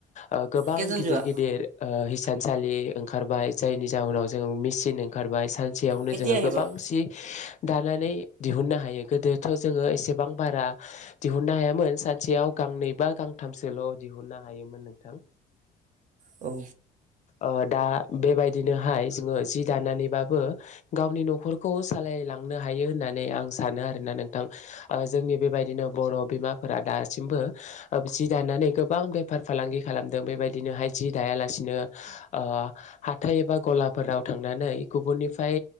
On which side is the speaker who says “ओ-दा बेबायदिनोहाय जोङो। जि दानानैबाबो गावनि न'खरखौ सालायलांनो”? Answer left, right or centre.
Left